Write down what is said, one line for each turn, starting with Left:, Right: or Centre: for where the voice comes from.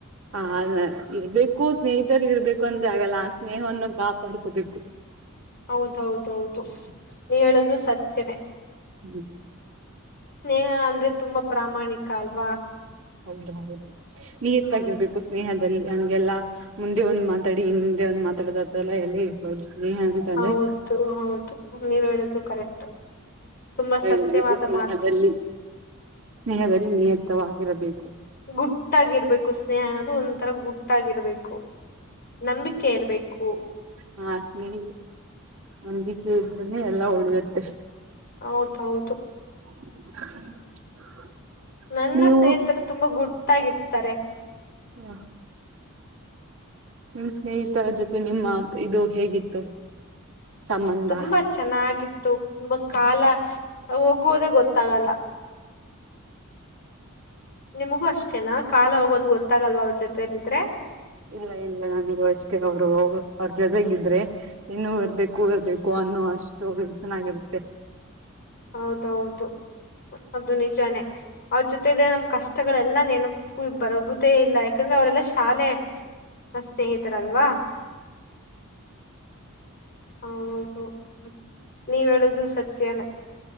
Right: ಹ ಇರ್ಬೇಕು ಸ್ನೇಹಿತರು ಇರ್ಬೇಕು ಅಂದ್ರೆ ಆಗಲ್ಲ ಆ ಸ್ನೇಹವನ್ನು ಕಾಪಾಡ್ಕೋಬೇಕು
Left: ಹೌದೌದೌದು ನೀ ಹೇಳುದು ಸತ್ಯನೇ
Right: ಹ್ಮ್
Left: ಸ್ನೇಹ ಅಂದ್ರೆ ತುಂಬಾ ಪ್ರಾಮಾಣಿಕ ಅಲ್ವಾ
Right: ಹೌದ ಹೌದು ನ ಎತ್ತಾಗಿರ್ಬೇಕು
Left: ಹ್ಮ್
Right: ಸ್ನೇಹ ಹಂಗೆಲ್ಲ ಮುಂದೆ ಒಂದ್ ಮಾತಾಡಿ ಹಿಂದೆ ಒಂದು ಮಾತಾಡಿದತ್ರಲ್ಲ ಎಲ್ಲ ಇರ್ಬೋದು ಸ್ನೇಹ ಅಂತಂದ್ರೆ
Left: ಹೌದು ಹೌದು ನೀವ ಹೇಳ್ದದು ಕರೆಕ್ಟ್ ತುಂಬಾ ಸತ್ಯವಾದ
Right: ಇರಬೇಕು ಸ್ನೇಹದಲ್ಲಿ
Left: ಮಾತು
Right: ಸ್ನೇಹದಲ್ಲಿ ನಿಯತವಾಗಿರಬೇಕು
Left: ಗುಟ್ಟಾಗಿರ್ಬೇಕು ಸ್ನೇಹ ಅನ್ನೋದು ಒಂಥರ ಗುಟ್ಟಾಗಿರ್ಬೇಕು ನಂಬಿಕೆ ಇರ್ಬೇಕು
Right: ಹಾ ಸ್ನೇಹ ನಂದಿಕ ಇದ್ರನೆ ಎಲ್ಲಾ ಉಳಿಯುತ್ತೆಷ್ಟ
Left: ಹೌದೌದು
Right: <inaudible>
Left: ನನ್ನ
Right: ನೀವು
Left: ಸ್ನೇಹಿತರು ತುಂಬಾ ಗುಟ್ಟಾಗಿರ್ತಾರೆ.
Right: ಹ ನಿಮ್ ಸ್ನೇಹಿತರ ಜೊತೆ ನಿಮ್ಮ ಇದು ಹೇಗಿತ್ತು ಸಂಬಂಧ
Left: ತುಂಬಾ ಚೆನ್ನಾಗಿತ್ತು ತುಂಬಾ ಕಾಲ ಹೋಗ ಗೋದೆ ಗೊತ್ತಾಗಲ್ಲ ನಿಮಗೂ ಅಷ್ಟೇನಾ ಕಾಲ ಹೋಗೋದು ಗೊತ್ತಾಗಲ್ವ ಅವ್ರ ಜೊತೆಯಲ್ಲಿದ್ರೆ
Right: ಇಲ್ಲ ಇಲ್ಲ ನನಗೂ ಅಷ್ಟೇ ಅವರು ಅವ್ರ ಜೊತೆಗ ಇದ್ರೆ ಇನ್ನುೂ ಇರ್ಬೇಕು ಇರ್ಬೇಕು ಅ ಅಷ್ಟು ಚೆನ್ನಾಗಿರುತ್ತೆ
Left: ಹೌದೌದು ಅದು ನಿಜಾನೇ ಅವ್ರ ಜೊತೆ ನಮ್ ಕಷ್ಟಗಳೆಲ್ಲ ನೆನಪು ಬರುದೇ ಇಲ್ಲ ಯಾಕಂದ್ರೆ ಅವರೆಲ್ಲ ಶಾಲೆ ಸ್ನೇಹಿತರಲ್ವಾ. <inaudible> ಹೌದು ನೀವ ಹೇಳುದು ಸತ್ಯನೇ.